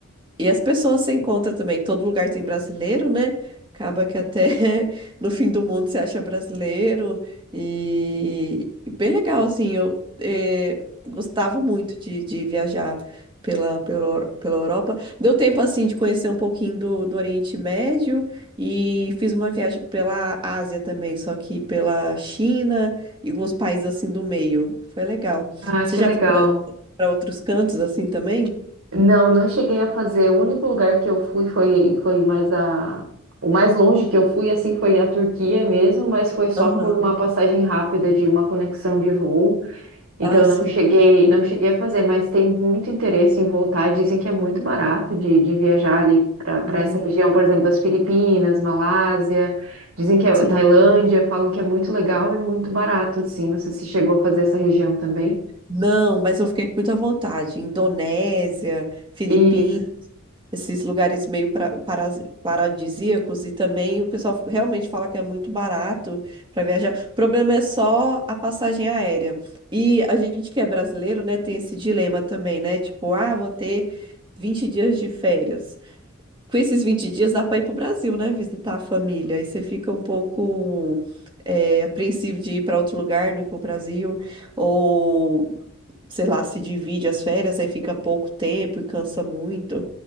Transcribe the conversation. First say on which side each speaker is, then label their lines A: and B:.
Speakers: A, on the right; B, on the right.
A: e as pessoas se encontram também. Todo lugar tem brasileiro, né? Acaba que até <laughs> no fim do mundo se acha brasileiro. E, e bem legal, assim. Eu eh, gostava muito de, de viajar pela, pela, pela Europa. Deu tempo, assim, de conhecer um pouquinho do, do Oriente Médio. E fiz uma viagem pela Ásia também, só que pela China e alguns países, assim, do meio. Foi legal.
B: Ah,
A: Você
B: que
A: já
B: legal.
A: foi para outros cantos, assim, também?
B: Não, não cheguei a fazer. O único lugar que eu fui foi, foi mais a. O mais longe que eu fui, assim, foi a Turquia mesmo, mas foi só
A: Aham.
B: por uma passagem rápida de uma conexão de voo. Então,
A: Ah, sim.
B: eu não cheguei, não cheguei a fazer, mas tem muito interesse em voltar. Dizem que é muito barato de, de viajar ali
A: E-
B: para essa região, por exemplo, das Filipinas, Malásia. Dizem que é
A: Sim.
B: Tailândia, falam que é muito legal e muito barato, assim. Não sei se chegou a fazer essa região também.
A: Não, mas eu fiquei com muita vontade. Indonésia, Filipinas,
B: Isso.
A: esses lugares meio pra- paras- paradisíacos e também o pessoal realmente fala que é muito barato para viajar. O problema é só a passagem aérea. E a gente que é brasileiro, né, tem esse dilema também, né? Tipo, ah, vou ter 20 dias de férias. com esses 20 dias dá para ir pro Brasil, né? Visitar a família. Aí você fica um pouco é, apreensivo de ir para outro lugar, não ir pro Brasil. Ou, sei lá, se divide as férias, aí fica pouco tempo e cansa muito.